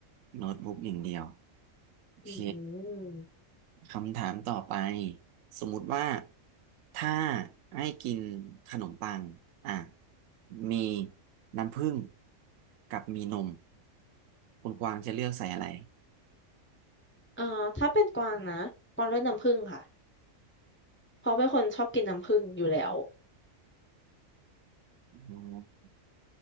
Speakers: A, on the right; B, on the left.
A: โน้ตบุ๊กอย่างเดียวโอเค
B: อืม
A: คำถามต่อไปสมมุติว่าถ้าให้กินขนมปังอ่ะมีน้ำผึ้งกับมีนมคุณกวางจะเลือกใส่อะไร
B: อ่าถ้าเป็นกวางนะกวางเลือกน้ำผึ้งค่ะเพราะเป็นคนชอบกินน้ำผึ้งอยู่แล้ว
A: อืม